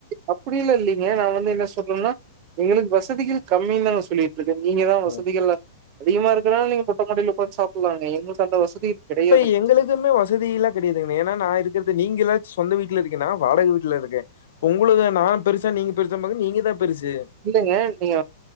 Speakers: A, on the right (about 25°); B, on the left (about 55°).
A: அப்பிடில்லா இல்லைங்க நா வந்து என்ன சொல்றன்னா எங்களுக்கு வசதிகள் கம்மினு தாங்க சொல்லிருக் க்கு நீங்க தா வசதிகள்
B: ஆ.
A: அதிகமா இருக்கனால நீங்க மொட்ட மாடில ஒக்காந்து சாப்டலாங்க எங்ளுக்கு அந்த வசதி கிடையாதுங்க.
B: இப்ப எங்ளுக் க்குமே வசதியெல்லா கெடையாதுங்கு ஏன்னா நா இருக்கறது நீங்கலாச்சு சொந்த வீட்ல இருக்கீங்க நா வாடக வீட்ல இருக்கே உங்குளுது நா பெருசா நீங்க பெருசான்னு பாக்க நீங்க தான் பெருசு.
A: இல்லைங்க நீங்க